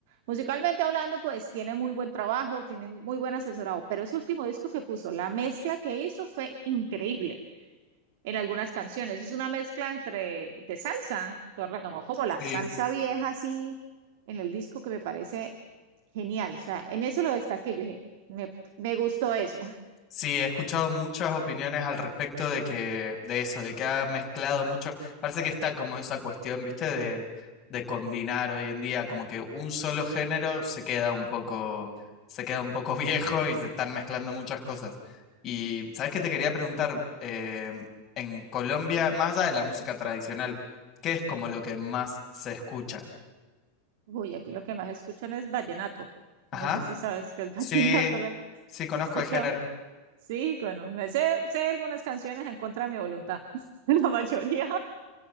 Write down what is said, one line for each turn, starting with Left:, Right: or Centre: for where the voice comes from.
Right: Musicalmente hablando, pues tiene muy buen trabajo, tiene muy buen asesorado, pero ese último disco que puso, la mezcla que hizo fue increíble en algunas canciones. es una mezcla entre de salsa, tú como, como la
Left: Sí.
Right: salsa vieja así en el disco que me parece genial. O sea, en eso lo destaqué. Yo dije, me, me gustó eso. <laughs>
Left: Sí, he escuchado muchas opiniones al respecto de que, de eso, de que ha mezclado mucho. Parece que está como esa cuestión, ¿viste? De, de combinar hoy en día, como que un solo género se queda un poco, se queda un poco <laughs> viejo y se están mezclando muchas cosas. Y, ¿sabes qué te quería preguntar? Eh, en Colombia, más allá de la música tradicional, ¿qué es como lo que más se escucha?
Right: Uy, aquí lo que más escuchan es vallenato.
Left: Ajá.
Right: No sé si sabes que el vallenato
Left: Sí,
Right: lo has
Left: sí, conozco
Right: escuchado.
Left: el género.
Right: Sí, bueno, me sé, sé algunas canciones en contra de mi voluntad, <laughs> la mayoría.